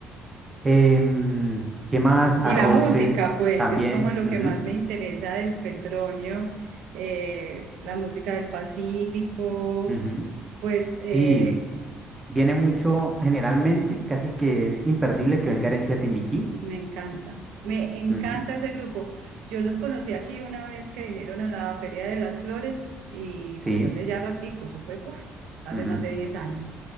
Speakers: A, on the right; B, on the right.
A: Em, ¿qué más?
B: Y
A: Arroces
B: la música, pues,
A: también.
B: es como lo
A: ujú,
B: que más me interesa del Petronio, eh, la música del Pacífico,
A: ujú.
B: pues,
A: Sí,
B: eh,
A: viene mucho generalmente y casi que es imperdible que venga herencia timbiquí.
B: Me encanta, me encanta
A: ujú,
B: ese grupo. Yo los conocí aquí una vez que vinieron a la Feria de las Flores y
A: Sí.
B: pues hace ya ratico, eso fue, puf, hace
A: ujú.
B: más de 10 años.